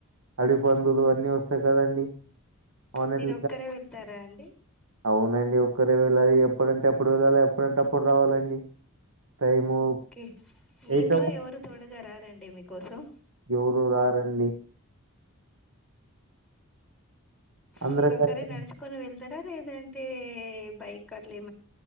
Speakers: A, on the right; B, in the centre.
A: అడివిపందులు అన్నీ వస్తాయి కదండి అవునట్
B: మీరు ఒక్కరే వెళ్తారా అండి
A: అవునండి ఒక్కరే వెళ్ళాలి ఇగ ఎప్పుడంటే అప్పుడు వెళ్ళాలి ఎప్పుడంటే అప్పుడు రావాలండి టైము
B: ఓకే మీ
A: ఎయిట్
B: ఇంట్లో ఎవరు తోడుగా రారండి మీకోసం
A: ఎవరు రారండి అందరికంటే
B: మీరు ఒకరే నడుచుకొని వెళ్తార లేదంటే బైక్ అట్ల లేదు